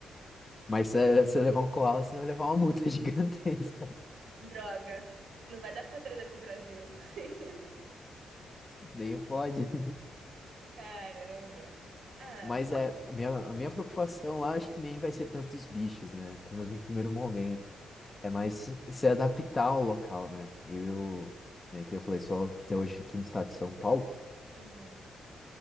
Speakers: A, on the left; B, on the right.
A: Mas se você levar um koala, você vai levar uma multa <laughs> gigantesca.
B: Droga. Não vai dar pra trazer pro Brasil. <laughs>
A: Nem pode.
B: Caramba. Ah.
A: Mas é, a minha, a minha preocupação lá, acho que nem vai ser tanto os bichos, né? Pelo menos no primeiro momento. É mais se se adaptar ao local, né? Eu, né, que eu falei, só até hoje aqui no estado de São Paulo.
B: Uhum.